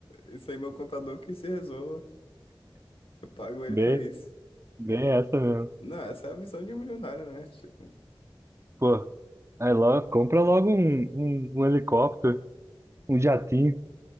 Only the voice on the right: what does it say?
Bem,
bem essa mesmo.
Pô, aí logo, compra logo um, um, um helicóptero, um jatinho.